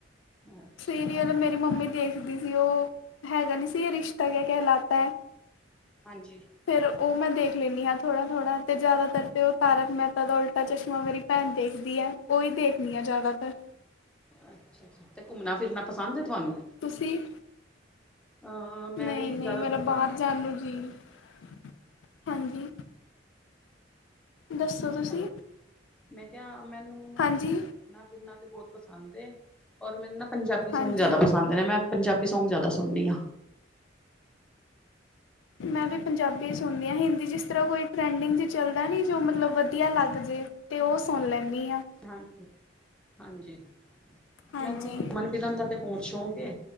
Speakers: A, in the centre; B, on the left (about 80°).
A: ਅੱਛਾ
B: ਸੀਰੀਅਲ ਮੇਰੀ ਮੰਮੀ ਦੇਖਦੀ ਸੀ ਉਹ ਹੈਗਾ ਨਈ ਸੀ ਰਿਸ਼ਤਾ ਕ ਕਹਿਲਾਤਾ।
A: ਹਾਂਜੀ
B: ਫਿਰ ਉਹ ਮੈਂ ਦੇਖ ਲੈਂਦੀ ਹਾਂ ਥੋੜਾ-ਥੋੜ੍ਹਾ ਤੇ ਜ਼ਿਆਦਾਤਰ ਤੇ ਉਹ ਤਾਰਕ ਮਹਿਤਾ ਦਾ ਉਲਟਾ ਚਸ਼ਮਾ ਮੇਰੀ ਭੈਣ ਦੇਖਦੀ ਹੈ ਉਹੀ ਦੇਖਦੀ ਆ ਜ਼ਿਆਦਾਤਰ
A: ਅੱਛਾ ਅੱਛਾ ਤੇ ਘੁੰਮਣਾ ਫਿਰਨਾ ਪਸੰਦ ਹੈ ਤੁਹਾਨੂੰ
B: ਤੁਸੀਂ
A: ਅ ਮੈਂ
B: ਨਹੀਂ
A: ਵੀ
B: ਨਹੀਂ
A: ਜ਼ਿਆਦਾਤਰ
B: ਮੇਰਾ
A: ਨਾ
B: ਬਾਹਰ ਜਾਣ ਨੂੰ ਜੀਅ ਹਾਂਜੀ ਦੱਸੋ ਤੁਸੀਂ
A: ਹੈਲੋ, ਮੈਂ ਕਿਹਾ ਮੈਨੂੰ ਨਾ
B: ਹਾਂਜੀ
A: ਘੁੰਮਣਾ ਫਿਰਨਾ ਤੇ ਬਹੁਤ ਪਸੰਦ ਏ ਔਰ ਮੈਨੂੰ ਨਾ ਪੰਜਾਬੀ ਸੌਂਗ
B: ਹਾਂਜੀ
A: ਜ਼ਿਆਦਾ ਪਸੰਦ। ਪਸੰਦ ਮੈਂ ਪੰਜਾਬੀ ਸੌਗ ਜ਼ਿਆਦਾ ਸੁਣਨੀ ਹਾਂ।
B: ਮੈਂ ਤੇ ਪੰਜਾਬੀ ਸੁਣਦੀ ਹਾਂ ਹਿੰਦੀ ਜਿਸ ਤਰ੍ਹਾਂ ਕੋਈ ਟਰੈਂਡਿੰਗ 'ਚ ਚੱਲਦਾ ਨਹੀਂ ਜੋ ਮਤਲਬ ਵਧੀਆ ਲੱਗ ਜੇ। ਤੇ ਉਹ ਸੁਣ ਲੈਂਦੀ ਹਾਂ।
A: ਹਾਂਜੀ, ਹਾਂਜੀ
B: ਹਾਂਜੀ
A: ਮੈਨੂੰ ਮਨ ਕੀਰਨ ਦਾ ਤਾਂ ਬਹੁਤ ਸ਼ੌਂਕ ਏ।